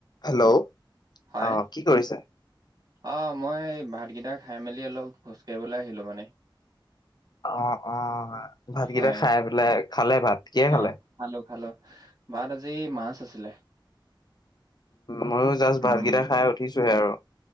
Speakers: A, on the left; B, on the right.
A: Hello
B: হয়
A: অহ, কি কৰিছে?
B: অ মই ভাতকেইটা খাই মেলি অলপ খোজ কাঢ়িবলৈ আহিলো মানে।
A: অ অ ভাতকেইটা
B: হয়
A: খাই পেলাই, খালে ভাত কিহেৰে খালে?
B: অ খালো খালো ভাত আজি মাছ আছিলে।
A: ময়ো জাষ্ট
B: উম
A: ভাতকেইটা খাই উঠিছো হে আৰু।